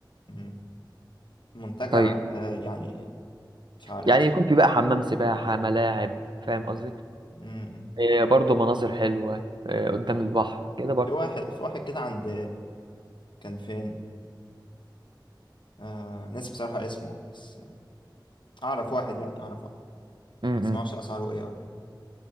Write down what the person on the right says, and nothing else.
طيب
يعني
يكون في بقى حمام سباحه ملاعب فاهم قصدي
إيه برضه مناظر حلوه إيه قدام البحر كده برضه
امم